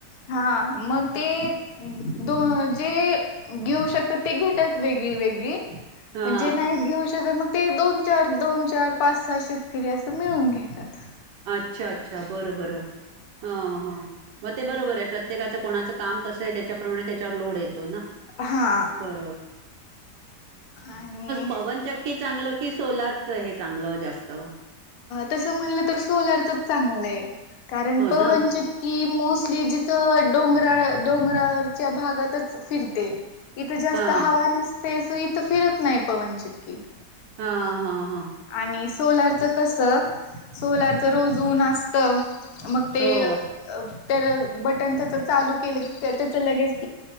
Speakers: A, on the left; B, on the right.
A: हा मग ते दो जे घेऊ शकतात ते घेतात वेगळी वेगळी
B: हा
A: म्हणजे नाहीच घेऊ शकत मग ते दोन चार दोन चार पाच सहा शेतकरी असं मिळून घेतात
B: अच्छा अच्छा बरं बरं ह हो मग ते बरोबर आहे प्रत्येकाचं कोणाचं काम कसं आहे त्याच्याप्रमाणे त्याच्यावर लोड आहेत
A: हा
B: ब
A: आणि
B: प की सोलारच हे चांगलं जास्त
A: तस म्हणलं तर सोलारचच चांगलंय कारण
B: हो
A: पवनचक्की
B: ना?
A: मोस्टली जिथं डोंगराळ डोंगराळच्या भागातच फिरते इथं जास्त
B: हां.
A: हवा नसते सो इथं फिरत नाही पवनचक्की
B: हा हा
A: आणि सोलारच कसं सोलारच रोज उऊन असत मग ते
B: हो.
A: तर बटन त्याच चालू केलं की त्याच लगेच